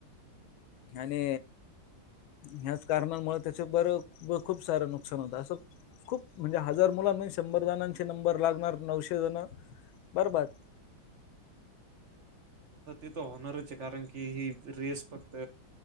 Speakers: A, on the left; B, on the right.
A: ह्याने, ह्याच कारणमुळे त्याच बर खूप सारं नुकसान होत असं खूप म्हणजे हजार मुलां <unintelligible> शंभर जणांचे नंबर लागणार नऊशे जण बरबाद.
B: तर <unintelligible> होणारंच कारण की ही रेस फक्त